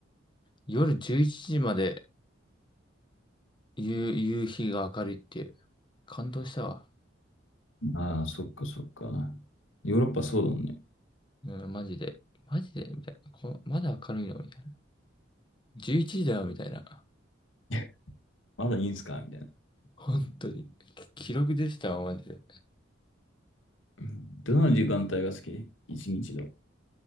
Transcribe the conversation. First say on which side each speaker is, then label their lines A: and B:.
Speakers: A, on the left (about 25°); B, on the left (about 85°).
A: 夜11時まで夕、夕日が明るいっていう。感動したわ。
B: ああ、そっかそっか。ヨーロッパそうだもんね。
A: うん、マジで。マジでみたいな。こまだ明るいのみたいな。11時だよみたいな。
B: <laughs> まだいいんすかみたいな。
A: 本当に。き記録出てたわ、マジで。
B: うんどの時間帯が好き一日の。